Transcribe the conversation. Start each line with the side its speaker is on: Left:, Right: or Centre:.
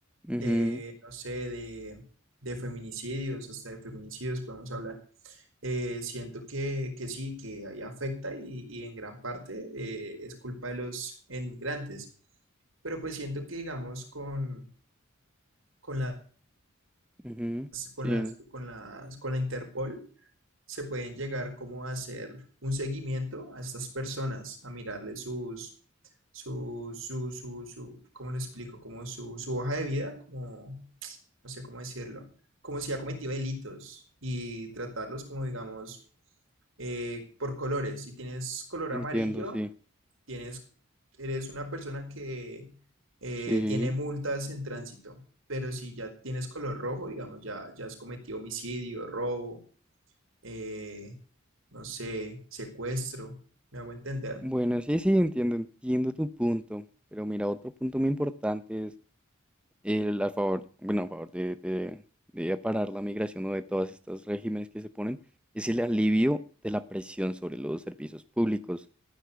Centre: Ujú,
Right: de, no sé, de, de feminicidios, hasta de feminicidios podemos hablar. Eh, siento que, que sí, que ahí afecta y, y en gran parte eh, es culpa de los inmigrantes. Pero pues siento que, digamos, con, con las,
Centre: ujú,
Right: con
Centre: sí,
Right: las, con las, con la Interpol se pueden llegar como a hacer un seguimiento a estas personas, a mirarle sus, su, su, su, su, ¿cómo le explico? Como su, su hoja de vida, como no sé cómo decirlo, como si ha cometido delitos y tratarlos como, digamos, eh, por colores. Si tienes color
Centre: entiendo,
Right: amarillo,
Centre: sí,
Right: tienes, eres una persona que eh,
Centre: sí.
Right: tiene multas en tránsito, pero si ya tienes color rojo, digamos, ya, ya has cometido homicidio, robo, eh, no sé, secuestro, ¿me hago entender?
Centre: Bueno, sí, sí, entiendo, entiendo tu punto, pero mira, otro punto muy importante es el- a favor, bueno, a favor de, de- de parar la migración o de todos estos regímenes que se ponen, es el alivio de la presión sobre los servicios públicos.